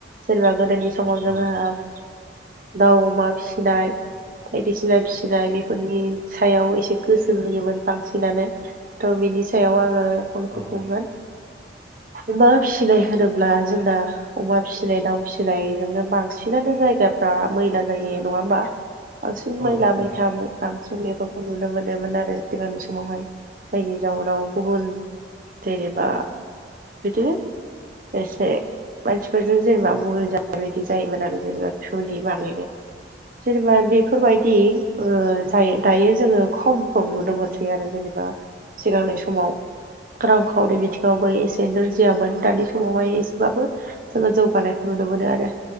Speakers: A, on the right; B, on the right.
A: सोरेनोबा गोदोनि समाव जोंहा
B: औ
A: दाउ अमा फिसिनाय बायदिसिना फिसिनाय बेफोरनि सायाव एसे गोसो होयोमोन बांसिनानो थ' बिनि सायाव आङो फन
B: औ
A: सो खुंगोन। अमा फिसिनाय होनोब्ला जोंना अमा फिसिनाय दाउ फिसिनायजोंनो बांसिनानो जायगा। बा मैला जायो नङा होमबा? बांसिन
B: औ
A: मैला
B: नंगौ नोंथां
A: बायथामो। बांसिन बेफोरखौ नुनो मोनोमोन आरो सिगांनि समावहाय जायनि जाउनाव गुबुन देनबा बिदिनो एसे मानसिफोरजों जेनेबा बुं जानाय बायदि जायोमोन आरो जेनेबा सलिबाङैनो जेनेबा बेफोरबायदि जायो दायो जोङो खमखौ नुनो मोनसै आरो जेनेबा सिगांनि समाव रां खावरि बिथिङावबो एसे नोरजियामोन दानि समावहाय एसेबाबो जोङो जौगानायखौ नुनो मोनो आरो